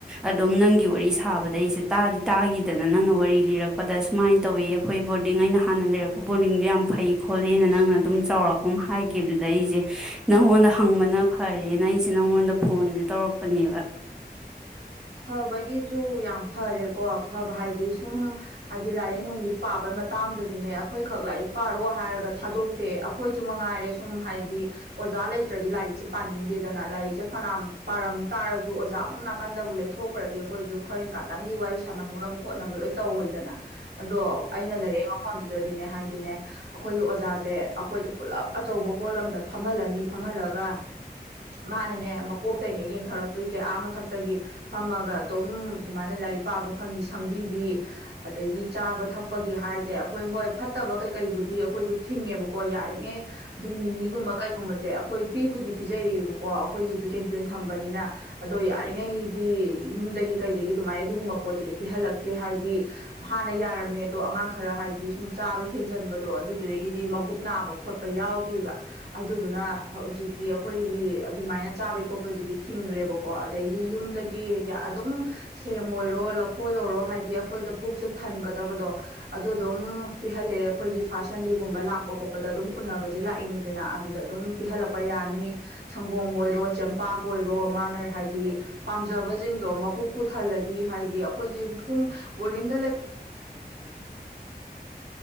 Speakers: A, in the centre; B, on the right.
A: ꯑꯗꯨꯝ ꯅꯪꯒꯤ ꯋꯥꯔꯤ ꯁꯥꯕꯗ ꯑꯩꯁꯦ ꯇꯥꯗꯤ ꯇꯥꯈꯤꯗꯅ ꯅꯪꯅ ꯋꯥꯔꯤ ꯂꯤꯔꯛꯄꯗ ꯁꯨꯃꯥꯏꯅ ꯇꯧꯋ ꯑꯩꯈꯣꯏ ꯕꯣꯔꯗꯤꯡ ꯑꯩꯅ ꯍꯥꯟꯅ ꯂꯩꯔꯛꯄ ꯕꯣꯔꯗꯤꯡꯗꯣ ꯌꯥꯝ ꯐꯩ ꯈꯣꯠꯂꯦꯅ ꯅꯪꯅ ꯑꯗꯨꯝ ꯆꯥꯎꯔꯥꯛꯄꯨꯝ ꯍꯥꯏꯈꯤꯕꯗꯨꯗ ꯑꯩꯁꯦ ꯅꯪꯉꯣꯟꯗ ꯍꯪꯕꯅ ꯐꯔꯦꯅ ꯑꯩꯁꯦ ꯅꯪꯉꯣꯟꯗ ꯐꯣꯟꯁꯦ ꯇꯧꯔꯛꯄꯅꯦꯕ
B: ꯐꯕꯒꯤꯁꯨ ꯌꯥꯝ ꯐꯔꯦꯀꯣ ꯐꯕ ꯍꯥꯏꯗꯤ ꯁꯨꯝ ꯍꯥꯏꯗꯤ ꯂꯥꯏꯔꯤꯛ ꯅꯨꯡꯗꯤ ꯄꯥꯕꯩ ꯃꯇꯥꯡꯗꯁꯨꯅꯦ ꯑꯩꯈꯣꯏꯈꯛ ꯂꯥꯏꯔꯤꯛ ꯄꯥꯔꯣ ꯍꯥꯏꯔꯒ ꯊꯥꯗꯣꯛꯇꯦ ꯑꯩꯈꯣꯏꯁꯨ ꯃꯉꯥꯏꯔꯦ ꯁꯨꯝ ꯍꯥꯏꯗꯤ ꯑꯣꯖꯥ ꯂꯩꯇ꯭ꯔꯗꯤ ꯂꯥꯏꯔꯤꯛꯁꯦ ꯄꯥꯅꯤꯡꯗꯦꯗꯅ ꯂꯥꯏꯔꯤꯛꯁꯦ ꯐꯅꯌꯥꯝ ꯄꯥꯔꯝ ꯇꯥꯔꯁꯨ ꯑꯣꯖꯥꯕꯨꯛ ꯅꯥꯀꯟꯗꯕꯨ ꯂꯩꯊꯣꯛ ꯊꯣꯛꯈ꯭ꯔꯗꯤ ꯑꯩꯈꯣꯏꯁꯨ ꯈꯔ ꯉꯥꯛꯇꯪꯒꯤ ꯋꯥꯔꯤ ꯁꯥꯟꯅꯍꯧꯅꯕ ꯈꯣꯠꯅꯕ ꯂꯣꯏ ꯇꯧꯣꯏꯗꯅ ꯑꯗꯣ ꯑꯩꯅ ꯂꯩꯔꯛꯏ ꯃꯐꯝꯗꯨꯗꯗꯤꯅꯦ ꯍꯥꯏꯗꯤꯅꯦ ꯑꯩꯈꯣꯏꯒꯤ ꯑꯣꯖꯥꯁꯦ ꯑꯩꯈꯣꯏꯁꯦ ꯄꯨꯜꯂꯞ ꯑꯆꯧꯕ ꯍꯣꯜ ꯑꯃꯗ ꯐꯝꯍꯜꯂꯅꯤ ꯐꯝꯍꯜꯂꯒ ꯃꯥꯅꯅꯦ ꯃꯀꯣꯛꯇꯅꯦ ꯌꯦꯡꯊꯔꯛꯇꯣꯏꯁꯦ ꯑꯥ ꯃꯊꯛꯇꯒꯤ ꯐꯝꯃꯒ ꯑꯗꯨꯝ ꯑꯗꯨꯃꯥꯏꯅ ꯂꯥꯏꯔꯤꯛ ꯄꯥꯕ ꯐꯪꯉꯤ ꯁꯪꯕꯤꯕꯤ ꯑꯗꯩꯗꯤ ꯆꯥꯕ ꯊꯛꯄꯒꯤ ꯍꯥꯏꯁꯦ ꯑꯩꯈꯣꯏ ꯍꯣꯏ ꯐꯠꯇꯕ ꯀꯩꯀꯩꯕꯨꯗꯤ ꯑꯩꯈꯣꯏꯁꯨ ꯊꯤꯡꯉꯦꯕꯀꯣ ꯌꯥꯔꯤꯉꯩ ꯑꯗꯨꯝ ꯃꯤꯃꯤꯒꯨꯝꯕ ꯀꯩꯒꯨꯝꯕꯁꯦ ꯑꯩꯈꯣꯏ ꯄꯤꯕꯨꯗꯤ ꯄꯤꯖꯩꯌꯦꯕꯀꯣ ꯑꯩꯈꯣꯏꯒꯤꯁꯨ ꯀꯦꯟꯇꯤꯟ ꯊꯝꯕꯅꯤꯅ ꯑꯗꯣ ꯌꯥꯔꯤꯉꯩ ꯌꯨꯝꯗꯒꯤ ꯀꯩꯗꯒꯤ ꯑꯗꯨꯃꯥꯏꯅ ꯑꯗꯨꯒꯨꯝꯕ ꯄꯣꯠꯇꯨꯗꯤ ꯄꯤꯍꯜꯂꯛꯇꯦ ꯍꯥꯏꯗꯤ ꯍꯥꯟꯅ ꯌꯥꯔꯝꯃꯦ ꯑꯗꯣ ꯑꯉꯥꯡ ꯈꯔ ꯍꯥꯏꯗꯤ ꯁꯨꯝ ꯆꯥꯕ ꯍꯦꯟꯖꯟꯕꯗꯣ ꯑꯗꯨꯗꯨꯗꯒꯤꯗꯤ ꯃꯕꯨꯛ ꯅꯥꯕ ꯈꯣꯠꯄ ꯌꯥꯎꯈꯤꯕꯕ ꯑꯗꯨꯗꯨꯅ ꯍꯧꯖꯤꯛꯇꯤ ꯑꯩꯈꯣꯏꯒꯤ ꯑꯗꯨꯃꯥꯏꯅ ꯆꯥꯕꯩ ꯈꯣꯠꯄꯩꯗꯨꯗꯤ ꯊꯤꯡꯈ꯭ꯔꯦꯕꯀꯣ ꯑꯗꯩꯗꯤ ꯌꯨꯝꯗꯒꯤ ꯑꯗꯨꯝ ꯁꯦꯝ ꯑꯣꯏꯔꯣ ꯂꯐꯣꯏ ꯑꯣꯏꯔꯣ ꯍꯥꯏꯗꯤ ꯑꯩꯈꯣꯏꯗ ꯄꯨꯛꯁꯦ ꯊꯟꯒꯗꯕꯗꯣ ꯑꯗꯨꯗ ꯑꯗꯨꯝ ꯄꯤꯍꯜꯂꯑꯦ ꯑꯩꯈꯣꯏꯒꯤ ꯐꯥꯔꯁ ꯁꯟꯗꯦꯒꯨꯝꯕ ꯂꯥꯛꯄ ꯈꯣꯠꯄꯗ ꯑꯗꯨꯝ ꯎꯟꯅꯅꯕꯁꯦ ꯂꯥꯛꯏꯅꯤꯗꯅ ꯑꯗꯨꯗ ꯑꯗꯨꯝ ꯄꯤꯍꯜꯂꯛꯄ ꯌꯥꯅꯤ ꯁꯪꯒꯣꯝ ꯑꯣꯏꯔꯣ ꯆꯦꯡꯄꯥꯛ ꯑꯣꯏꯔꯣ ꯃꯥꯅ ꯍꯥꯏꯗꯤ ꯄꯥꯝꯖꯕꯁꯤꯡꯗꯣ ꯃꯕꯨꯛ ꯄꯨꯊꯜꯂꯗꯤ ꯍꯥꯏꯗꯤ ꯑꯩꯈꯣꯏꯁꯦ ꯁꯨꯝ ꯕꯣꯔꯗꯤꯡ